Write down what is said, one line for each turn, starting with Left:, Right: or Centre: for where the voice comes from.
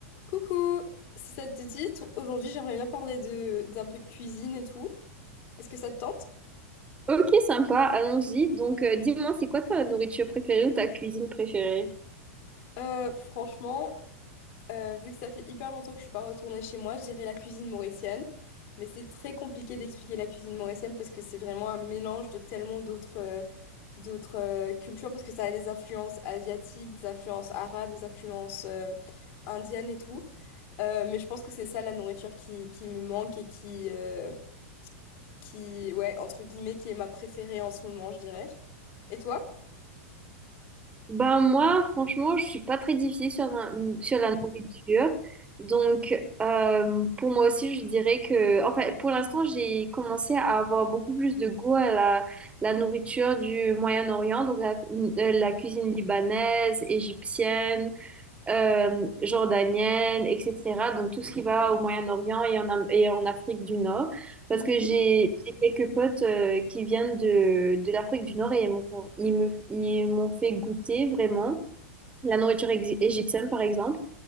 Left: Coucou! Si ça te dit, t- aujourd'hui j'aimerais bien parler de d'un peu de cuisine et tout. Est-ce que ça te tente?
Right: Ok, sympa, allons-y. Donc, euh, dis-moi, c'est quoi ta nourriture préférée ou ta cuisine préférée?
Left: Euh, franchement, euh, vu que ça fait hyper longtemps que je suis pas retournée chez moi, je dirais la cuisine mauricienne. Mais c'est très compliqué d'expliquer la cuisine mauricienne parce que c'est vraiment un mélange de tellement d'autres euh, d'autres euh, cultures parce que ça a des influences asiatiques, des influences arabes, des influences euh, indiennes et tout. Euh, mais je pense que c'est ça la nourriture qui, qui me manque et qui, euh, qui, ouais, entre guillemets, qui est ma préférée en ce moment, je dirais. Et toi?
Right: Ben moi, franchement, je suis pas très difficile sur la, sur la nourriture. Donc, euh, pour moi aussi, je dirais que, enfin, pour l'instant, j'ai commencé à avoir beaucoup plus de goût à la, la nourriture du Moyen-Orient, donc la, euh, la cuisine libanaise, égyptienne. euh, jordanienne, etc. Donc tout ce qui va au Moyen-Orient et en, Am- et en Afrique du Nord. Parce
Left: Mhm.
Right: que j'ai j'ai quelques potes euh, qui viennent de, de l'Afrique du Nord et ils m'ont ils me- ils m'ont fait goûter vraiment la nourriture ex- égyptienne, par exemple.